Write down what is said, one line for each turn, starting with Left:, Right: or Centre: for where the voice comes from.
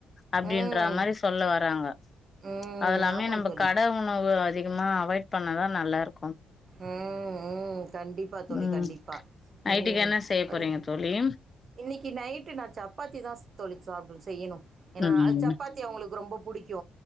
Left: அப்டின்ற
Right: ம்.
Left: மாரி சொல்ல வராங்க
Right: ம்.
Left: அதுல்லாமே
Right: ஆமா
Left: நம்ப
Right: தோழி.
Left: கட உணவு அதிகமா அவாய்ட் பண்ணாதா நல்லாருக்
Right: ம் ம் கண்டிப்பா தோழி
Left: ம்
Right: கண்டிப்பா
Left: நைட்டுக்கு
Right: ம்
Left: என்ன செய்ய
Right: அய்யோ
Left: போறீங்க தோழி?
Right: இன்னிக்கு நைட்டு நா சப்பாத்தி தா தோழி சா அவுங்களுக்கு செய்யணு ஏன்னா
Left: ம்.
Right: அது சப்பாத்தி அவுங்களுக்கு ரொம்பப் புடிக்கு